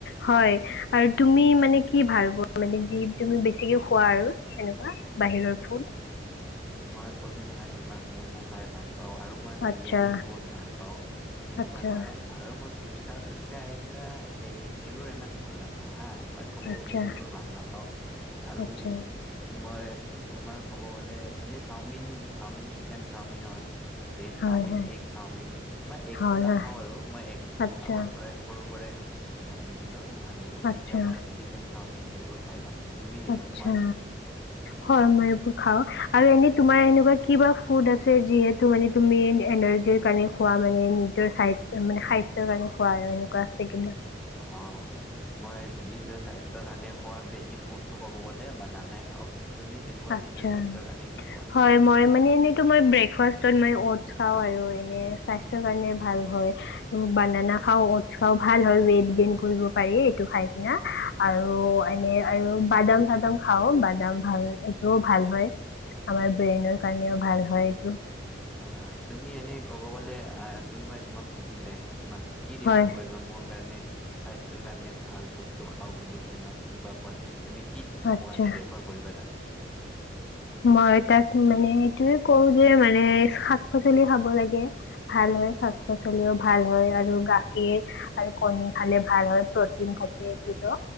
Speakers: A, on the left; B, in the centre.
A: হয়। আৰু তুমি মানে কি ভাল পোৱা। মানে যি তুমি বেছিকে খোৱা আৰু সেনেকুৱা। বাহিৰৰ ফুড
B: উম মই ক'লো নহয় তোমাক মম'। খাই ভাল। পাওঁ আৰু মই বিৰিয়ানীও
A: আচ্ছা
B: বহুত ভাল পাওঁ তেনেকুৱা
A: আচ্ছা
B: নহয় আৰু মই। পুচকা তুচকা এনেকুৱা এই সেইবোৰ ইমান ভাল নাপাওঁ হা। মই ক'ব
A: আচ্ছা
B: গ'লে এইবোৰ ভাল নাপাওঁ আৰু
A: আচ্ছা
B: মই তোমাৰ ক'ব গ'লে এনে chowmein, chowmein, chicken chowmein all veg
A: হয়
B: চাওমিন,
A: হয়
B: এগ চাওমিন মই এগটো
A: হয়
B: নাখাওঁ
A: হয়
B: আৰু মই এগটো
A: আচ্ছা
B: আগৰ পৰাই সৰু পৰাই বাদ দি দিলোঁ আৰু
A: আচ্ছা
B: এতিয়া মই চিকেন চাওমিন সেইবোৰ খাই ভাল পাওঁ তুমি সেইবোৰ
A: আচ্ছা
B: খোৱানে?
A: হয় মই খাওঁ আৰু এনে তোমাৰ এনেকুৱা কিবা ফুড আছে, যিহেতু মানে তুমি এনাৰ্জিৰ কাৰণে খোৱা মানে। নিজৰ চাই মানে স্বাস্থ্যৰ কাৰণে খোৱা এনেকুৱা আছে কিবা?
B: অ', মই নিজৰ স্বাস্থ্যৰ কাৰণে খোৱা বেছি ফুডটো ক'ব গ'লে বানানাই খাওঁ। তুমি তেনেকুৱা
A: আচ্ছা
B: নিজৰ স্বাস্থ্যৰ কাৰণে কি খোৱা?
A: হয় মই মানে এনেই তোমাৰ ব্ৰেক ফাষ্ট ত', মই অ'টছ খাওঁ আৰু এনে স্বাস্থ্যৰ কাৰণে ভাল হয়। বানানা খাওঁ, অ'টছ খাওঁ। ভাল হয়। ৱেইট গেইন কৰিব পাৰি। তো খাই কিনা,
B: হয়, হয়,
A: আৰু
B: অ'।
A: এনে আৰু বাদাম-চানা খাওঁ। বাদাম ভাল তো ভাল হয় আমাৰ ব্ৰেইনৰ কাৰণেও ভাল হয়। তো
B: আ, তুমি এনে ক'ব গ'লে, আ, কোনোবাই তোমাক সুধিলে তোমাক কি ৰেফাৰ
A: হয়
B: কৰিবা মোৰ? কাৰণে, স্বাস্থ্যৰ কাৰণে ভাল বস্তু খাওঁ বুলি তোমাক কোনোবাই ক'লে তুমি কি কি খাবৰ
A: আচ্ছা
B: কাৰণে ৰেফাৰ কৰিবা তাক? তুমি
A: মই তাক, মানে, এইটোয়ে কওঁ যে, মানে, শাক-পাচলি খাব লাগে ভাল হয়।
B: উম,
A: শাক-পাচলিও ভা ভাল হয়। আৰু গাখীৰ আৰু কণী খালে ভাল হয়। প্ৰটিন থাকে, এইটোতো